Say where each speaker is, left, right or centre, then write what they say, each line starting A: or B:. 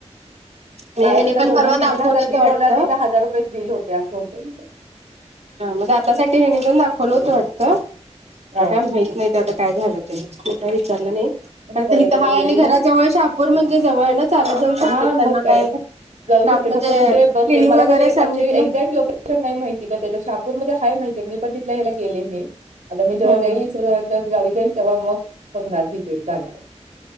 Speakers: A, on the right; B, on the right.
A: आणि
B: बाहेर
A: हेनी
B: तर
A: पण
B: दोन-दोन,
A: परवा
B: तीन-तीन
A: दाखवलीत
B: हजार बिल
A: वाटतं.
B: होला तिथं हजार तेच बिल होते असं. तिथं
A: हा म दातासाठी हे नी पण दाखवलं होतो वाटतं त्या
B: हा.
A: काय माहित नाही. ते आता काय झालं ते काय विचारलं नाही. पण
B: परत
A: ते हिथं
B: आता
A: आहे
B: गेली
A: आणि घरा
B: ना
A: जवळ शाहपूर म्हणजे जवळ ना चालत जाऊ शकते
B: हा
A: त्यांना
B: मग
A: काय
B: जाऊ शकते
A: काम म्हणजे
B: फक्त कुठे बघते
A: क्लिनिंग
B: मला
A: वगैरे
B: पण ऍक्चुली
A: सांगितलं
B: एक्झॅक्ट लोके शन नाही माहिती का त्याच्या शाहापूरमध्ये हाय माहितीय मी पण तिथल्या याला केले नाही आता मी जेव्हा
A: हम्म
B: गयलीचं तर गावीचा जाईल मग बघणार तिथे जाणार आहे.